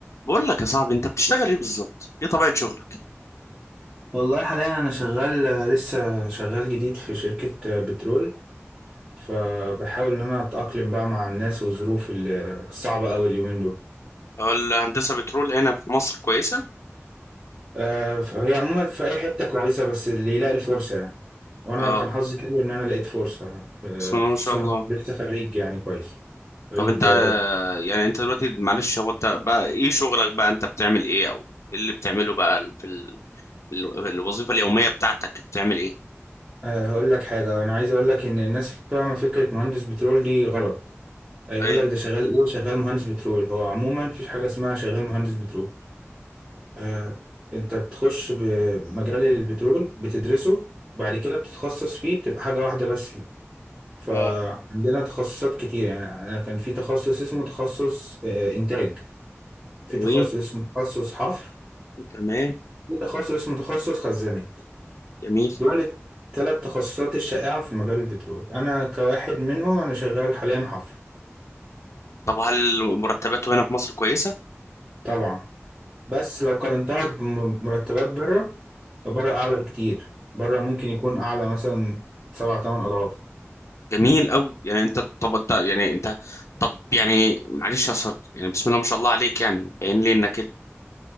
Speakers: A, on the left; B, on the right.
A: بقول لك يا صاحبي انت بتشتغل ايه بالظبط ايه طبيعة شغلك
B: والله حاليا انا شغال لسه شغال جديد في شركة آه، بترول فبحاول ان انا اتأقلم بقى مع الناس والظروف ال- الصعبة اوي اليومين دول
A: هو الهندسة بترول هنا في مصر كويسة
B: آه، فهي عموما في اي حتة كويسة بس اللي يلاقي الفرصة يعني وانا
A: اه
B: كان حظي حلو ان انا لقيت فرصة أنا، آه،
A: بسم الله
B: خصوصا
A: ما شاء الله
B: لسه خريج يعني كويس خريج
A: طب انت آه،
B: بدري
A: يعني انت دلوقتي معلش هو انت بقى ايه شغلك بقى انت بتعمل ايه او ايه اللي بتعمله بقى ال- في ال... ال- الوظيفة اليومية بتاعتك بتعمل ايه
B: أه هقول لك حاجة أنا عايز أقول لك إن الناس فاهمة فكرة مهندس بترول دي غلط آه، يقول
A: ايه
B: لك ده شغال إيه شغال مهندس بترول هو عموما مفيش حاجة اسمها شغال مهندس بترول آه، انت بتخش بمجال البترول بتدرسه بعد كده بتتخصص فيه بتبقى حاجة واحدة بس فيه فعندنا
A: اه
B: تخصصات كتير يعني انا كان في تخصص اسمه تخصص آه، انتاج في
A: حلوين
B: تخصص اسمه تخصص حفر
A: تمام
B: في تخصص اسمه تخصص خزانات
A: جميل
B: دول الثلاث تخصصات الشائعة في مجال البترول انا كواحد منهم انا شغال حاليا حفر
A: طب هل مرتباته هنا في مصر كويسة
B: طبعا بس لو قارنتها بمرتبات بره بره اعلى بكتير بره ممكن يكون اعلى مثلا سبعة تمن اضعاف
A: جميل قوي يعني انت طب انت يعني انت طب يعني معلش يا صاحبي يعني بسم الله ما شاء الله عليك يعني باين لي انك